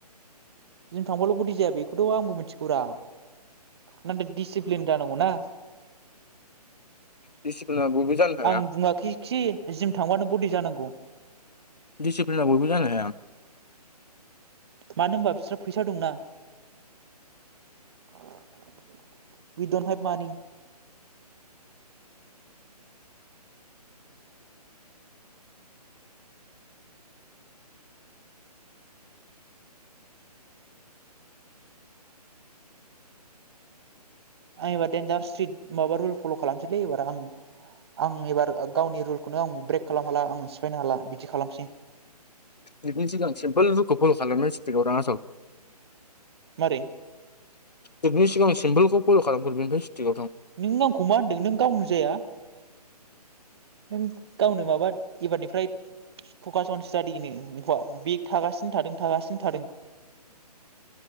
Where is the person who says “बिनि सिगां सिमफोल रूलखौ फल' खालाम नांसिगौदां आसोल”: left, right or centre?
Left